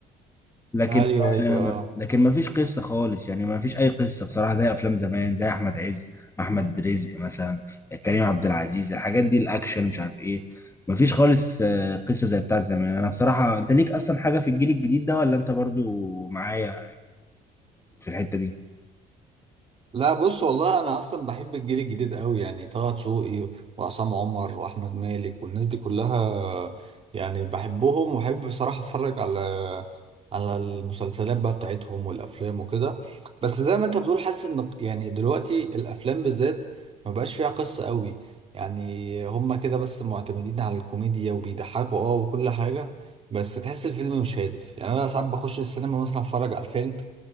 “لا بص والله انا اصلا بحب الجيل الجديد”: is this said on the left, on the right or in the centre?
Right